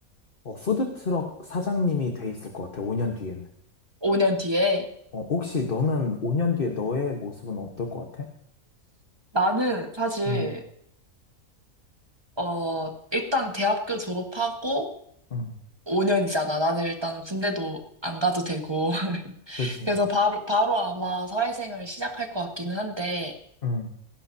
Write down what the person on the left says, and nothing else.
어, 푸드트럭 사장님이 돼 있을 것 같아. 5년 뒤에는.
어, 혹시 너는 5년 뒤에 너의 모습은 어떨 것 같아?
응,
응,
그치.
응,